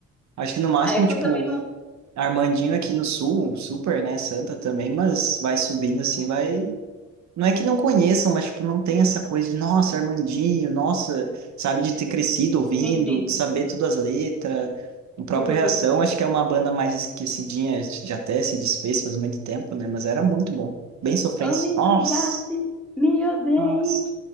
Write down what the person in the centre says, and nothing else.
Ah, é que
eu também não.
sim sim
Foi.
Oh, me
desgrace, me odeie,